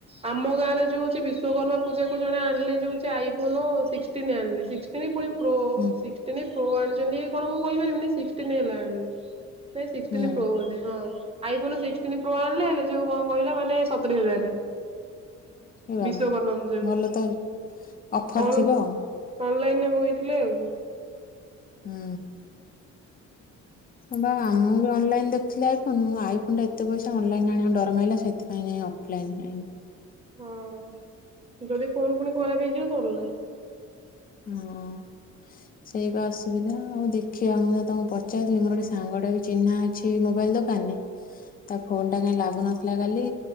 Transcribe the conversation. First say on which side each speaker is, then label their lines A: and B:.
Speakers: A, on the right; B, on the left.
A: ଆମ ଗାଁରେ ଯୋଉ ହଉଛି ବିଶ୍ଵକର୍ମା ପୂଜା କୁ ଜଣେ ଆଣିଲେ ଯଉ ହଉଛି ଆଇଫୋନ ସିକ୍ସଟିନ ଏଲ୍ ସିକ୍ସଟିନ ପୁଣି ପ୍ରୋ
B: ହୁଁ
A: ସିକ୍ସଟିନ। ହଉ ଆଣିଛନ୍ତି କି କଣ ମୁଁ କହିପାରିବିନି ସିଷ୍ଟିନି ଏଲ ଆଣିଲି। ନାଇଁ ସିକ୍ସଟିନ୍
B: ହୁଁ
A: ପ୍ରୋ ବୋଧେ ହଁ। ଆଇ ଫୋନ ସିକ୍ସଟିନ ପ୍ରୋ ଆଣିଲେ ହେଲେ ଯୋଉ କଣ କହିଲା ମାନେ ସତୁରି ହଜାରରେ।
B: ଏ ବାବା
A: ବିଶ୍ଵକର୍ମା ପୂଜାକୁ
B: ଭଲ ତ
A: <inaudible>
B: ଅଫର
A: ଅନ
B: ଥିବ ଆଉ
A: ଅନଲାଇନ ବାଇଥିଲେ ଆଉ।
B: ହୁଁ ବା ଆମର ବି ଅନଲାଇନ ଦେଖୁଥିଲି ଆଇଫୋନ ଆଇଫୋନରେ ଏତେ ପଇସା ଅନଲାଇନରେ ଡର ମାରିଲା ସେଥିପାଇଁ ଅଫଲାଇନ ଆଣିଲି।
A: ହଁ ଯଦି ଫୋନ୍ ପୁଣି ଖରାପ ହେଇଯିବ ସରିଲା।
B: ହଁ ସେଇ ବା ଅସୁବିଧା ଆଉ ଦେଖିବା ମୁଁ ତାଙ୍କୁ ପଚାରଥିଲି ମୋର ଗୋଟେ ସାଙ୍ଗଟା ବି ଚିହ୍ନା ଅଛି ମୋବାଇଲ ଦୋକାନରେ ତା ଫୋନ ଟା କାହିଁ ଲାଗୁନଥିଲା କାଲି